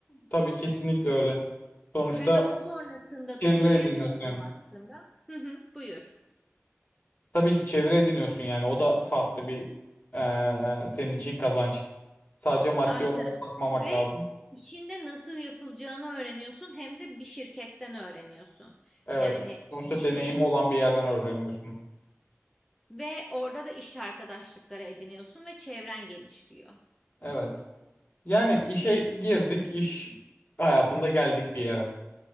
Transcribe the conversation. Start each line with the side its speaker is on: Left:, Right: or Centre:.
Left: Tabii kesinlikle öyle. Sonuçta
Centre: Ve daha sonrasında
Left: çevre
Centre: dışarıya
Left: ediniyorsun
Centre: bir adım
Left: yani.
Centre: attığımda, hı hı, buyur.
Left: Tabii ki çevre ediniyorsun yani o da farklı bir eee, senin için kazanç. Sadece maddi
Centre: Aynen.
Left: olarak bakmamak
Centre: Ve
Left: lazım.
Centre: işinde nasıl yapılacağını öğreniyorsun, hem de bir şirketten öğreniyorsun.
Left: Evet.
Centre: Yani
Left: Sonuçta
Centre: işleyişin
Left: deneyimi olan bir yerden öğreniyorsun.
Centre: Ve orada da iş arkadaşlıkları ediniyorsun ve çevren genişliyor.
Left: Evet. Yani işe girdik, iş hayatında geldik bir yere.